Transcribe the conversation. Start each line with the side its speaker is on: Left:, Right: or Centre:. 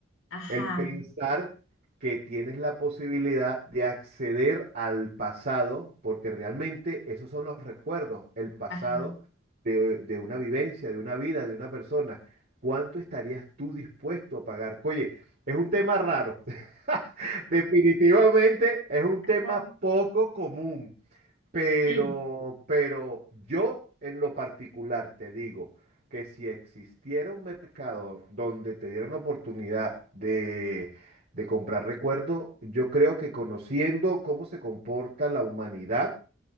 Left: ajá,
Right: El pensar que tienes la posibilidad de acceder al pasado, porque realmente esos son los recuerdos, el pasado
Left: ajá.
Right: de, de una vivencia, de una vida, de una persona. ¿Cuánto estarías tú dispuesto a pagar? Oye, es un tema raro. <laughs> Definitivamente es un tema
Left: Ah,
Right: poco común. Pero,
Left: Sí,
Right: pero yo en lo particular te digo que si existiera un mercado donde te dieran la oportunidad de, de comprar recuerdo, yo creo que conociendo cómo se comporta la humanidad,